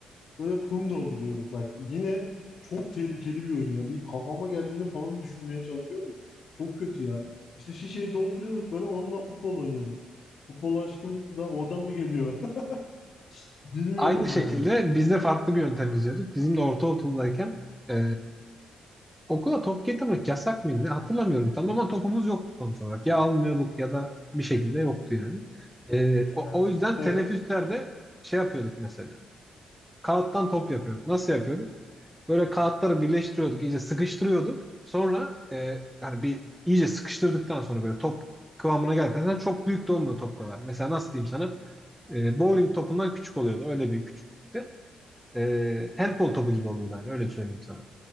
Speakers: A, on the left (about 45°); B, in the centre.
A: Böyle kum dolduruyorduk bak. Yine çok tehlikeli bir oyun ya. Bir kafama geldiğini falan düşünmeye çalışıyorum da. Çok kötü ya. İşte şişeyi dolduruyorduk böyle onunla futbol oynuyorduk. Futbol aşkım da oradan mı geliyor? <laughs> Bilmiyorum
B: Aynı şekilde
A: yani. Bilmiyorum yani.
B: biz de farklı bir yöntem izliyorduk. Bizim de ortaokuldayken e, okula top getirmek yasak mıydı? Hatırlamıyorum tam ama topumuz yoktu sonuç olarak. Ya almıyorduk ya da bir şekilde yoktu yani. E, o,
A: Biz
B: o
A: futbol
B: yüzden teneffüslerde
A: yasak-
B: şey yapıyorduk mesela. Kağıttan top yapıyorduk. Nasıl yapıyorduk? Böyle kağıtları birleştiriyorduk, iyice sıkıştırıyorduk. Sonra e, hani bir iyice sıkıştırdıktan sonra böyle top kıvamına geldikten sonra çok büyük de olmuyor top kadar. Mesela nasıl diyeyim sana? E, bowling topundan küçük oluyordu. Öyle bir küçüklükte. E, handball topu gibi oluyordu yani. Öyle söyleyeyim sana.